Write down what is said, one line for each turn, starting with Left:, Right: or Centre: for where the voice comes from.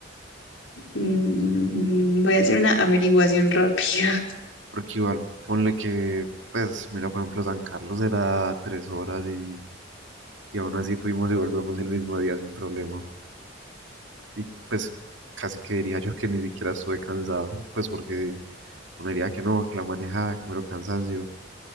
Left: Mm, Voy a hacer una averiguación rápida. <laughs>
Right: Porque igual, ponle que, pues, mira, por ejemplo, San Carlos era tres horas y, y aún así fuimos y volvemos el mismo día sin problema. Y pues casi que diría yo que ni siquiera estuve cansado, pues porque uno diría que no, que la manejada, que mero cansancio.